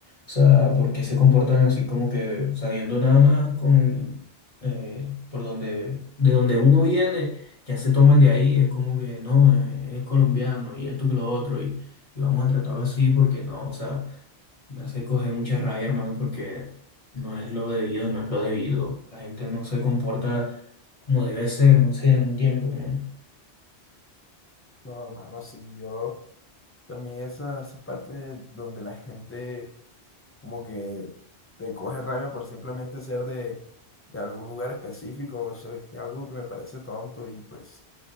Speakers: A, on the left (about 30°); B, on the left (about 15°).
A: O sea, por qué se comportan así como que sabiendo nada más con eh, por donde, de donde uno viene, ya se toman de ahí, es como que no, eh, es colombiano y esto que lo otro, y, y vamos a tratarlo así porque no, o sea, me hace coger mucha rabia, hermano, porque no es lo debido, no es lo debido. La gente no se comporta como debe ser, no sé, no entiendo, hermano.
B: No, hermano, sí, yo también esa, esa parte donde la gente como que te coge rabia por simplemente ser de, de algún lugar específico, eso es algo que me parece tonto y pues